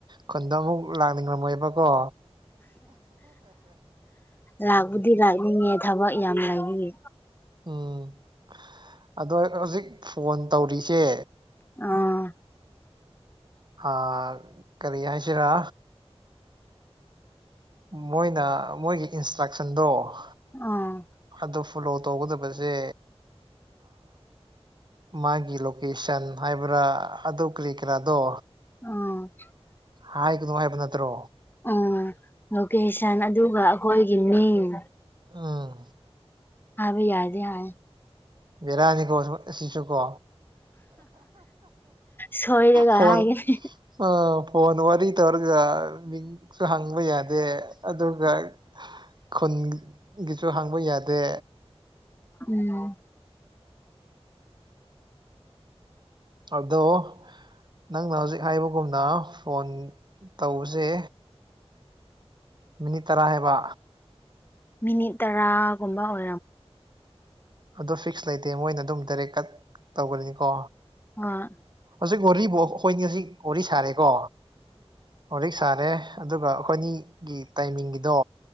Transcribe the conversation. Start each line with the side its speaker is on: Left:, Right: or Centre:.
Right: ꯈꯨꯟꯗꯣ ꯑꯃꯨꯛ ꯂꯥꯛꯅꯤꯡꯂꯝꯝꯃꯣꯏꯕꯀꯣ
Left: ꯂꯥꯛꯄꯗꯤ ꯂꯥꯛꯅꯤꯡꯉꯦ ꯊꯕꯛ ꯌꯥꯝ ꯂꯩꯏ
Right: ꯎꯝ ꯑꯗꯣ ꯍꯧꯖꯤꯛ ꯐꯣꯟ ꯇꯧꯔꯤꯁꯦ
Left: ꯑꯥ
Right: ꯑ ꯀꯔꯤ ꯍꯥꯏꯁꯤꯔꯥ ꯃꯣꯏꯅ ꯃꯣꯏꯒꯤ ꯏꯟꯁꯇ꯭ꯔꯛꯁꯟꯗꯣ
Left: ꯑꯝ
Right: ꯑꯗꯨ ꯐꯣꯂꯣ ꯇꯧꯒꯗꯕꯁꯦ ꯃꯥꯒꯤ ꯂꯣꯀꯦꯁꯟ ꯍꯥꯏꯕ꯭ꯔꯥ ꯑꯗꯨ ꯀ꯭ꯂꯤꯛꯈ꯭ꯔꯥꯗꯣ
Left: ꯎꯝ
Right: ꯍꯥꯏꯒꯅꯣ ꯍꯥꯏꯕ ꯅꯠꯇ꯭ꯔꯣ
Left: ꯎ ꯂꯣꯀꯦꯁꯟ ꯑꯗꯨꯒ ꯑꯩꯈꯣꯏꯒꯤ ꯃꯤꯡ
Right: ꯑꯥ
Left: ꯑꯕ ꯌꯥꯗ ꯍꯥꯏ
Right: ꯕꯤꯔꯌꯥꯅꯤ ꯀꯣ ꯁꯤꯁꯨ ꯀꯣ
Left: ꯁꯣꯏꯔꯒ
Right: ꯐꯅꯤ
Left: ꯍꯥꯏꯒꯅꯤ
Right: ꯑ ꯄꯅ ꯋꯥꯔꯤꯔꯤ ꯇꯔꯒ ꯃꯤ ꯁꯨ ꯍꯪꯕ ꯌꯥꯗꯦ ꯑꯗꯨꯒ ꯈꯨꯟ ꯒꯤꯁꯨ ꯍꯥꯡꯕ ꯌꯥꯗꯦ
Left: ꯎꯝ
Right: ꯑꯗꯣ ꯅꯪꯅ ꯍꯧꯖꯤꯛ ꯍꯥꯏꯕꯒꯨꯝꯅ ꯐꯣꯟ ꯇꯧꯕꯁꯦ ꯃꯤꯅꯤꯠ ꯇꯔꯥ ꯍꯥꯏꯕ
Left: ꯃꯤꯅꯤꯠ ꯇꯔꯥꯒꯨꯝꯕ ꯑꯣꯏ
Right: ꯑꯗꯣ ꯐꯤꯛꯁ ꯂꯩꯇꯦ ꯃꯣꯏꯅ ꯑꯗꯨꯝ ꯗꯥꯏꯔꯦꯛ ꯀꯠ ꯇꯧꯒꯅꯤꯅꯤꯀꯣ
Left: ꯑ
Right: ꯍꯧꯖꯤꯛ ꯋꯥꯔꯤꯕ ꯑꯩꯈꯣꯏꯅꯤ ꯍꯧꯖꯤꯛ ꯋꯥꯔꯤ ꯁꯥꯔꯦꯀꯣ ꯋꯥꯔꯤꯛ ꯁꯥꯔꯦ ꯑꯗꯨꯒ ꯑꯩꯈꯣꯏꯅꯤꯒꯤ ꯇꯥꯏꯃꯤꯡꯒꯤꯗꯣ